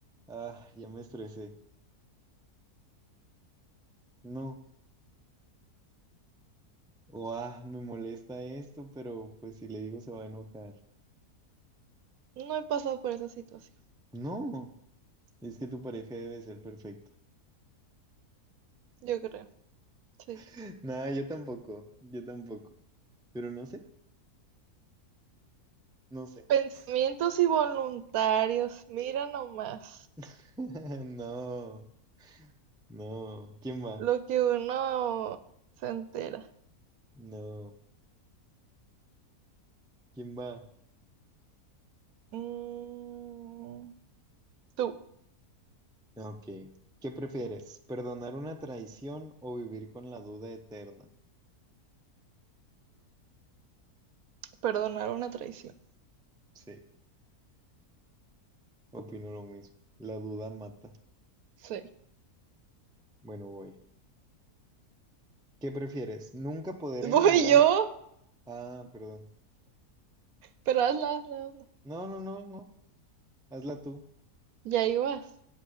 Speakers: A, in the centre; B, on the right.
A: ah, ya me estresé. No. O, ah, me molesta esto, pero pues si le digo se va a enojar.
B: No he pasado por esa situación.
A: No. Es que tu pareja debe ser perfecta.
B: Yo creo. Sí.
A: <laughs> Nada, yo tampoco. Yo tampoco. Pero no sé. No sé.
B: Pensamientos involuntarios, mira nomás
A: <laughs> No. No. ¿Quién va?
B: lo que uno se entera.
A: No. ¿Quién va?
B: Mm, tú,
A: Ok. ¿Qué prefieres? ¿Perdonar una traición o vivir con la duda eterna?
B: perdonar una traición.
A: Sí, opino lo mismo. La duda mata.
B: Sí.
A: Bueno, voy. ¿Qué prefieres? ¿Nunca poder enamorar...
B: Voy yo,
A: Ah, perdón.
B: pero hazla, hazla, hazla.
A: No, no, no, no. Hazla tú.
B: Ya ibas.